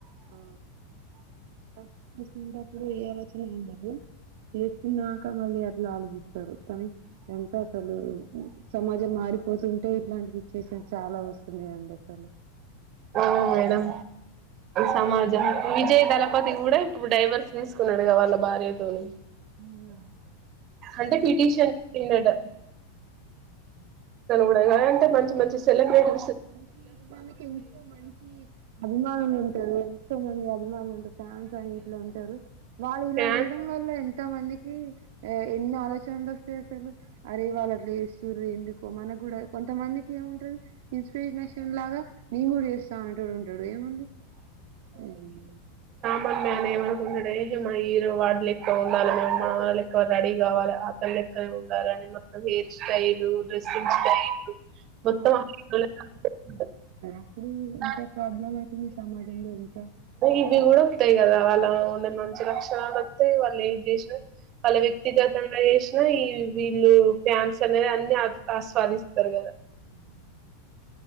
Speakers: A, on the right; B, on the right.
A: ఆ ఫస్ట్ చేసుకునేటప్పుడు ఏ ఆలోచన ఉండదు చేస్తున్నాక మళ్ళీ అట్లా ఆలోచిస్తారు కని ఎంత అసలు సమాజం మాడిపోతుంటే ఇట్లాంటి సిట్యువేషన్స్ చాలా వస్తున్నాయి అండి అసలు
B: ఆ మేడం సమాజనికి విజయ దళపతి కూడా ఇప్పుడు డైవర్స్ తీసుకున్నాడుగా వాళ్ళ భార్యతోని
A: హ్మ్.
B: అంటే పిటీషన్ పెట్టిందంట
A: ఉమ్ హు
B: కూడా అంటే మంచి మంచి సెలబ్ర్రిటీ
A: మంచి మంచి వాళ్ళకి ఎంతో మంచి అభిమానులు ఉంటారు ఎంతో మంది ఫాన్స్ అని ఇట్ల ఉంటారు వాళ్ళు ఇలా
B: ఫ్యాన్
A: చేయడం వల్ల ఎంత మందికి ఎన్ని ఆలోచనలు అసలు అరే వాళ్ళు అట్లా చేస్తురు ఎందుకో మనకు కూడా కొంతమందికి ఏముంటది ఇన్స్పిరేషన్ లాగా నేను కూడా చేస్తా అనేటోడు ఉంటడు ఏముంది ఉమ్
B: మ మేనే ఏమనుకుంటాడే ఈరు వాడలు ఎక్కువ ఉండాలి మేము మన వాళ్ళ ఎకువ రెడీ కావాలి అతల్లి క ఉండాలని మొత్తం హేయిర్ స్టైలు డ్రెస్సింగ్ స్టైలు మొత్తం
A: ఉ
B: ఆ హీరో లెక్కనే ఉండాలే
A: అప్పుడు ఇంత
B: ఆ
A: ప్రాబ్లం అయితుంది సమాజంలో ఇంత
B: ఇవి కూడా వత్తాయి కదా ఉండ మంచి క్షణాలు వత్తే వాళ్ళు ఏది చేసిన వాళ్ళ వ్యక్తిగతంగా చెస్ ఈ వీళ్ళు ప్యాన్స్ అనేది అన్ని ఆస్వా ఆస్వాదిస్తారు కదా
A: ఉమ్